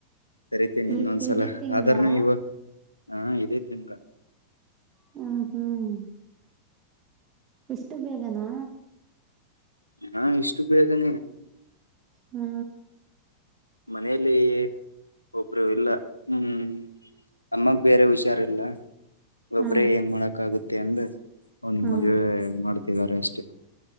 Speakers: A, on the left; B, on the right.
A: ಸರಿತೇನೆಿ
B: ಈ
A: ಇನ್ನೊಂದ್ಸಲ
B: ಇದೇ ತಿಂಗಳಾ
A: ಆದ್ರನುೂ ಇವ ಹಾ ಇದೇ ತಿಂಗಗಳ
B: ಹ ಹ್ಮ್ ಎಷ್ಟು ಬೇಗನಾ
A: ಹಾ ಇಷ್ಟು ಬೇಗನೆ
B: ಹ್ಮ
A: ಮನೇಲಿ ಒಬ್ರು ಇಲ್ಲ ಹ್ಮ್ ಅಮ್ಮಗ್ ಬೇರೆ ಹುಷಾರಿಲ್ಲ ಒಬ್ರೆ
B: ಹಾ
A: ಏನ್ ಮಾಡಕ್ಕ ಆಗುತ್ತೆ ಟ ಅಂದಜ್ ಒಂದ್
B: ಹಾ
A: ಮದ್ವೆ ಮಾಡ್ತ ದಾ ರೆಸ್ಟ್